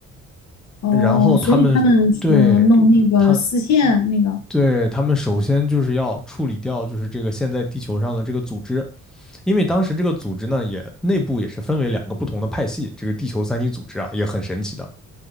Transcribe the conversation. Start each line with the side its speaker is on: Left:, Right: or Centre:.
Left: 哦，
Centre: 然后他们对
Left: 所以他们说弄那个丝线那个，
Centre: 他对他们首先就是要处理掉就是这个现在地球上的这个组织，因为当时这个组织呢也内部也是分为两个不同的派系，这个地球三体组织啊也很神奇的，